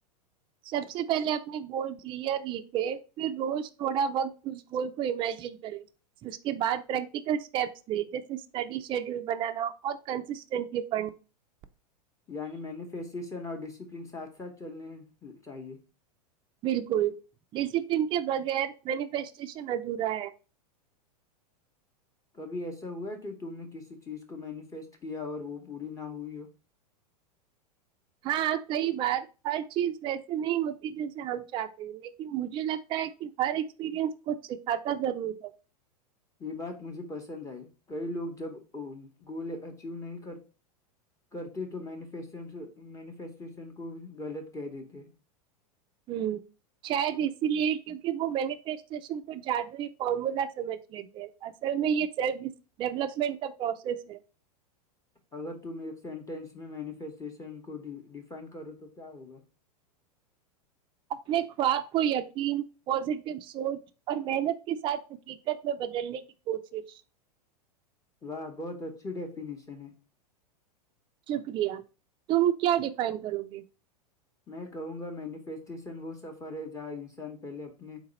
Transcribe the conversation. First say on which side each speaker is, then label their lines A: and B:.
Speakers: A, on the right; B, on the left.
A: سب سے پہلے اپنے گول کلیئر لکھے پھر روز تھوڑا وقت اس گول کو امیجن کرے اس کے بعد پریکٹیکل اسٹیپس لے جیسے اسٹڈی شیڈیول بنانا اور کنسسٹینٹلی پڑھنا
B: عنی مینوفیسریشن اور ڈسپلین ساتھ ساتھ چلنے چاہیے
A: بالکل ڈسپلن کے بغیر مینیفیسٹیشن ادھورا ہے
B: بھی ایسا ہوا کہ تم نے کسی چیز کو مینیفیسٹ کیا اور وہ پوری نہ ہوئی ہو
A: ہاں کئی بار ہر چیز ویسے نہیں ہوتی جیسے ہم چاہتے ہیں لیکن مجھے لگتا ہے کہ ہر ایکسپیرئنس کچھ سکھاتا ضرور ہے
B: یہ بات مجھے پسند آئی کئی لوگ جب گول اچیو نہیں کرتے تو مینیفیسٹیشن کو غلط کہہ دیتے
A: ہ شاید اسی لیے کیونکہ وہ مینیفیسٹیشن کو جادوئی فارمولا سمجھ لیتے ہیں اصل میں یہ سیلف ڈیولپمنٹ کا پروسیس ہے
B: اگر تم ایک سینٹینس میں مینیفیسٹیشن کو ڈیفائن کرو تو کیا ہوگا
A: اپنے خواب کو یقین پازیٹو سوچ اور محنت کے ساتھ حقیقت میں بدلنے کی کوشش
B: واہ بہت اچھی ڈیفینیشن ہے
A: شکریہ تم کیا ڈیفائن کرو گے
B: میں کہوں گا مینیفیسٹیشن وہ سفر ہے جہاں انسان پہلے اپنے